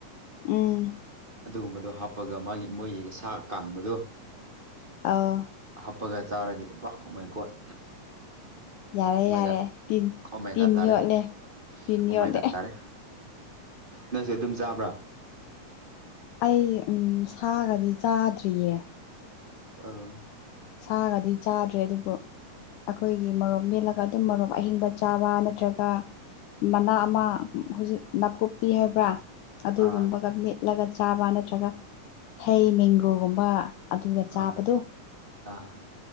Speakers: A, on the left; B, on the right.
A: ꯎꯝ
B: ꯑꯗꯨꯒꯨꯝꯕꯗꯣ ꯍꯥꯞꯄꯒ ꯃꯥꯒꯤ ꯃꯣꯏꯒꯤꯒ ꯁꯥ ꯀꯥꯡꯕꯗꯣ
A: ꯑꯥꯎ
B: ꯍꯥꯞꯄꯒ ꯆꯥꯔꯗꯤ ꯕꯥ ꯑ‌ꯣ ꯃꯥꯏ ꯒ‌ꯣꯠ
A: ꯌꯥꯔꯦ
B: ꯑꯣꯃꯥꯏꯒꯥꯠ
A: ꯌꯥꯔꯦ ꯇꯤꯟ
B: ꯑꯣꯃꯥꯏꯒꯥꯠ
A: ꯇꯤꯟ
B: ꯇꯥꯔꯦ
A: ꯌꯣꯠꯂꯦ ꯇꯤꯟ
B: ꯑꯣꯃꯥꯏꯒꯥꯠ
A: ꯌꯣꯠꯂꯦ
B: ꯇꯥꯔꯦ ꯅꯪꯁꯦ ꯑꯗꯨꯝ ꯆꯥꯕ꯭ꯔꯥ
A: ꯑꯩ ꯎꯝ ꯁꯥꯒꯗꯤ ꯆꯥꯗ꯭ꯔꯤꯌꯦ
B: ꯑꯥ
A: ꯁꯥꯒꯗꯤ ꯆꯥꯗ꯭ꯔꯤ ꯑꯗꯨꯕꯨ ꯑꯩꯈꯣꯏꯒꯤ ꯃꯣꯔꯣꯛꯞ ꯃꯦꯠꯂꯒ ꯑꯗꯨꯝ ꯃꯣꯔꯣꯛ ꯑꯍꯤꯡꯕ ꯆꯥꯕ ꯅꯠꯇ꯭ꯔꯒ ꯃꯅꯥ ꯑꯃ ꯍꯧꯖꯤꯛ ꯅꯥꯀꯨꯞꯄꯤ ꯍꯥꯏꯕ꯭ꯔꯥ ꯑꯗꯨꯒꯨꯝꯕꯒ
B: ꯑꯥ
A: ꯃꯤꯠꯂꯒ ꯆꯥꯕ ꯅꯠꯇ꯭ꯔꯒ ꯍꯩ ꯃꯦꯡꯒ‌ꯣ ꯒꯨꯝꯕ ꯑꯗꯨꯒ ꯆꯥꯕꯗꯣ
B: ꯑꯥ ꯑꯥ